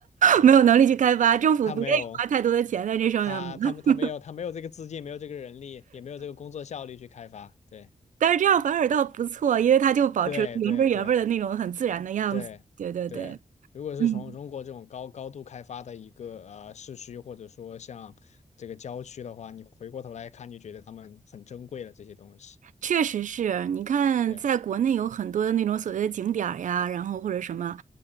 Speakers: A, on the left; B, on the right.
A: 对，
B: 没有能力去开发，政府不愿意花太多的钱在这上面嘛。
A: 他没有他他们他没有他没有这个资金，
B: <laughs>
A: 没有这个人力，也没有这个工作效率去开发，对
B: 但是这样反而倒不错，因为它就保持了原汁儿原味儿的那种很自然的样子。
A: 对对对对对。
B: 对对对，
A: 如果是从中国这种高高度开发的一个呃市区，
B: 嗯。
A: 或者说像这个郊区的话，你回过头来看，你觉得他们很珍贵了这些东西，
B: 确实是，你看，
A: 对，
B: 在国内有很多的那种所谓的景点儿呀，然后或者什么，